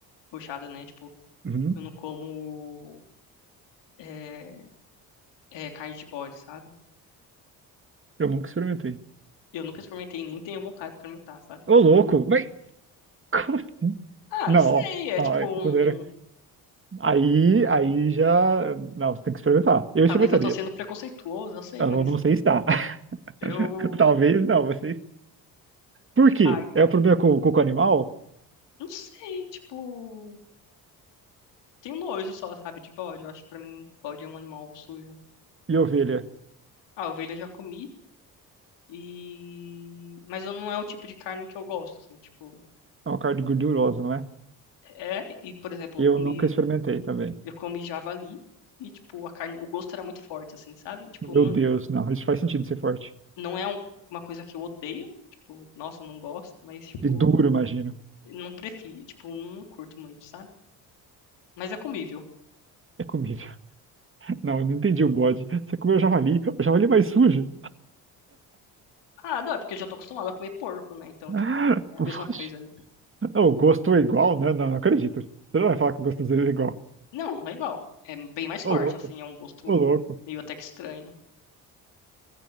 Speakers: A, on the left; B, on the right.
A: buchada, né? Tipo,
B: Uhum.
A: eu não como. é, é, carne de bode, sabe?
B: Eu nunca experimentei.
A: Eu nunca experimentei, nem tenho vontade de experimentar, sabe?
B: Ô, louco, mas como assim?
A: Ah,
B: Não,
A: não sei,
B: ó,
A: é
B: ó,
A: tipo
B: é,
A: um.
B: quando eu era. Aí, aí já. Não, você tem que experimentar. Eu experimentaria.
A: Talvez eu tô sendo preconceituoso, eu sei,
B: Eu
A: mas
B: não sei se dá.
A: eu.
B: <laughs> Talvez não, vocês. Por quê?
A: Ai, cara,
B: É o problema com, com o animal
A: não sei, tipo. Tenho nojo só, sabe, de bode. Eu acho que pra mim bode é um animal sujo.
B: e ovelha.
A: Ah, ovelha eu já comi. E. Mas eu- não é o tipo de carne que eu gosto, assim, tipo.
B: É uma carne gordurosa, não é?
A: É, e por exemplo,
B: Eu
A: eu comi,
B: nunca experimentei também.
A: eu comi javali. E, tipo, a carne, o gosto era muito forte, assim, sabe? Tipo,
B: Meu
A: não,
B: Deus, não, isso faz sentido ser forte.
A: não é um- uma coisa que eu odeio, tipo, nossa, não gosto, mas, tipo,
B: E duro, imagino.
A: não prefiro, tipo, não curto muito, sabe? Mas é comível.
B: É comível. <laughs> Não, eu não entendi o bode. Você comeu javali? O javali é mais sujo?
A: Ah, não, é porque eu já tô acostumado a comer porco, né? Então,
B: <laughs>
A: tipo,
B: Ah,
A: é a
B: O
A: mesma
B: bode.
A: coisa ali.
B: Não, o gosto é igual, né? Não, não acredito. Você não vai falar que o gosto dele é igual.
A: Não, não é igual. É bem mais
B: Ô
A: forte,
B: louco,
A: assim, é um gosto
B: ô louco.
A: meio até que estranho.